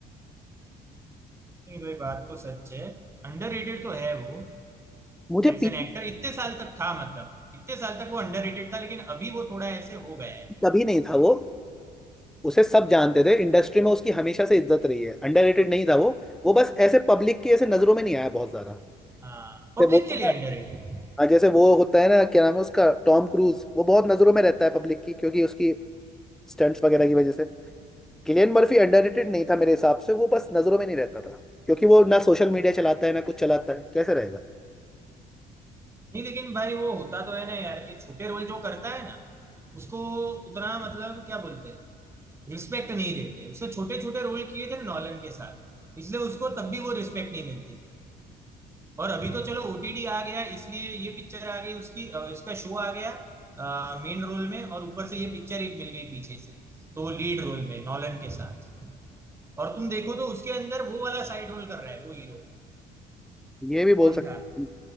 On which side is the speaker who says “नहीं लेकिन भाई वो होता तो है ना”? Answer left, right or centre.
Right